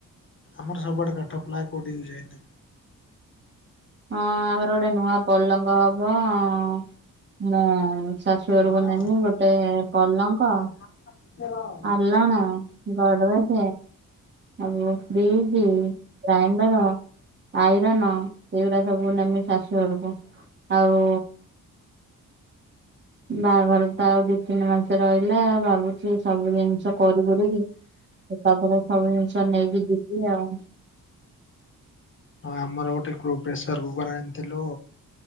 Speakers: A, on the left; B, on the right.
A: ଆମର ସବୁଆଡେ କାଠପ୍ଲାଏ କୋଉଠି ୟୁଜ୍ ହେଇନି।
B: ହଁ ଆମର ଗୋଟେ ନୂଆ ପଲଙ୍ଗ ହବ ହଁ ମୁଁ ଶାଶୁଘରକୁ
A: ହଁ
B: ନେମି
A: ହଁ
B: ଗୋଟେ ପଲଙ୍କ।
A: <unintelligible>
B: ଆଲଣ, ଗଦ୍ରେଜ୍ ଆଉ ଫ୍ରିଜ। ଗ୍ରାଇଣ୍ଡର ଆଇରନ୍ ଏଗୁରାସବୁ ନେମି ଶାଶୁ ଘରକୁ ଆଉ। ବାହାଘର ତ ଆଉ ଦୁଇ ତିନି ମାସ ରହିଲା ଭାବୁଛି ସବୁ ଜିନିଷ କରି କରିକି ଏକାଥରେ ସବୁ ଜିନିଷ ନେଇକି ଯିବି ଆଉ।
A: ଆଉ ଆମର ଗୋଟେ କୁ ପ୍ରେସର କୁକର ଆଣିଥିଲୁ